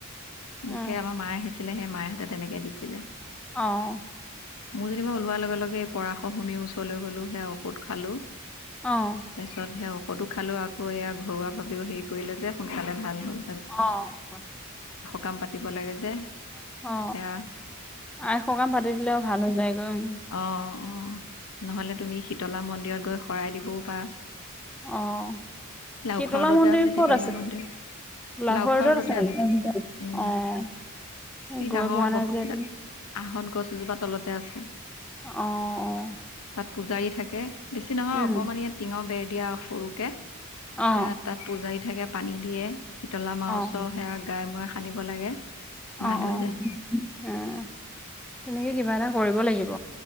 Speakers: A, in the centre; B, on the left.
A: অ',
B: মোক সেই আমাৰ মায়ে আহিছিলে, সেই মায়েহঁতে তেনেকে দিছিলে।
A: অ,
B: মোৰ যেনিবা ওলোৱাৰ লগে লগে, এই পৰাশৰ সুমী ওচৰলৈ গ'লো, সেয়া ঔষধ খালো
A: অ',
B: তাৰপিছত সে ফটো খালেও আকৌ এয়া ঘৰুৱাভাৱেও হেৰি কৰিলে যে সোনকালে ভাল হ'ল।
A: অ',
B: কাম পাতিব লাগে যে
A: অ',
B: সেয়া
A: আই সকাম পাতি দিলেও ভাল হৈ যায় গৈ উম,
B: অ', অ', নহলে তুমি শীতলা মন্দিৰত গৈ শৰাই দিবও পাৰা।
A: অ',
B: লাওখোৱা
A: শীতলা
B: টোতে
A: মন্দিৰ
B: আছে শীতলা
A: ক'ত
B: মন্দিৰ।
A: লাহোৱা
B: লাওখোৱা
A: ৰোডত
B: ৰদতে আছে
A: নেকি?
B: উম,
A: অ',
B: ই
A: গৈ
B: ডাঙৰ
A: পোৱা নাই
B: বহ
A: যে এইটো
B: আহত গছ এজোপা তলতে আছে।
A: অ', অ',
B: তাত পূজাৰী থাকে বেছি নহয়
A: উম,
B: অকমান ইয়াত টিঙৰ বেৰ দিয়া সৰুকে সে
A: অ',
B: তাত পূজাৰী থাকে পানী দিয়ে। শীতলা মাওছো
A: অ'।
B: সেয়া গাই মোয়ে সানিব লাগে ভাল
A: অ',
B: হৈ
A: অ',
B: যায়
A: উ, তেনেকে কিবা এটা কৰিব লাগিব।